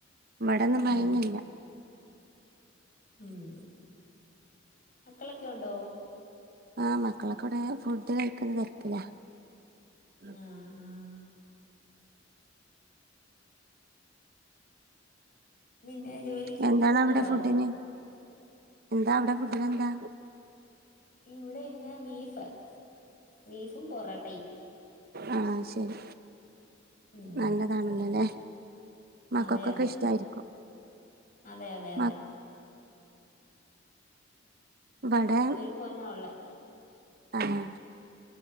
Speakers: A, on the right; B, on the left.
A: ഇബടൊന്നും
B: ഉം
A: മഴയൊന്നുല്ല
B: ഉം മക്കളൊക്കെ ഉണ്ടോ
A: ആ മക്കളൊക്കെ വിടെ ഫുഡ് കഴിക്കുന്ന തെരക്ക്ല ഉം
B: ആഹ് ആഹ് പിന്നെ ജോലിക്ക്
A: എന്താണ്
B: പോുന്നുണ്ടോ
A: അവിടെ ഫുഡിന് എന്താ അവിടെ ഫുഡിന് എന്താ
B: ഇവിടെ ഇന്ന് ബീഫ് ബീഫും പൊറോട്ടയും
A: ആ ശരി
B: ഉം
A: നല്ലതാണല്ലോല്ലെ മക്കക്കൊക്കെ
B: അതെ അതെ
A: ഇഷ്ടായിരിക്കും
B: അതെ അതെ
A: മ
B: അതെ
A: ഇവിടെ
B: ഒരു മോനാ ഒള്ളേ
A: ആഹ്